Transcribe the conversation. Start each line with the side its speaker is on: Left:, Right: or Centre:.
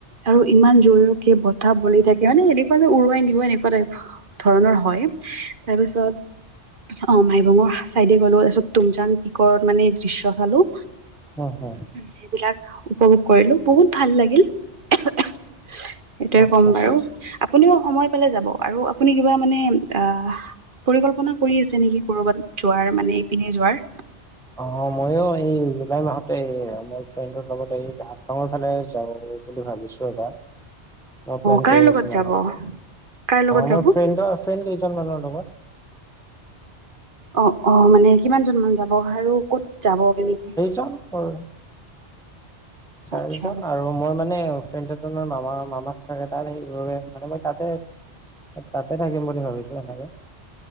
Right: আৰু ইমান জোৰকে বতাহ বলি থাকে মানে, এনেকুৱা যে উৰুৱাই নিও এনেকুৱা টাইপ ধৰণৰ হয়, তাৰপিছত অ', মাইবঙৰ ছাইডে গ'লোঁ, তাৰপিছত তুমজাং পিকৰত মানে দৃশ্য চালোঁ।
Centre: অ' অ'।
Right: সেইবিলাক উপভোগ কৰিলো, বহুত ভাল লাগিল। সেইটোয়ে
Centre: আচ্ছা
Right: কম বাৰু, আপুনিও সময় পালে যাব, আৰু আপুনি কিবা মানে আহ পৰিকল্পনা কৰি আছে নেকি কৰবাত যোৱাৰ, মানে ইপিনে যোৱাৰ?
Centre: অ', মইও এই জুলাই মাহতে মোৰ ফ্ৰেডৰ লগত এই <unintelligible> গাওঁৰ ফালে যাওঁ। বুলি ভাবিছোঁ এবাৰ অ', প্লেন
Right: কাৰ
Centre: কৰি
Right: লগত
Centre: আছোঁ মানুহবোৰে,
Right: যাব কাৰ লগত
Centre: মোৰ
Right: যাব
Centre: ফ্ৰণ্ডৰ ফ্ৰেণ্ড কেইজন মানৰ লগত।
Right: অ', অ' মানে কিমানজন মান যাব, আৰু ক'ত যাব মেনলি?
Centre: কাম কৰ। চাৰিজন
Right: আচ্ছা
Centre: আৰু মই মানে ফ্ৰেনটেচনৰ মামা মামাক থাকে, তাত সেইাবাবে মানে মই তাতে তাতে থাকিম বুলি ভাবিছোঁ এনেকে।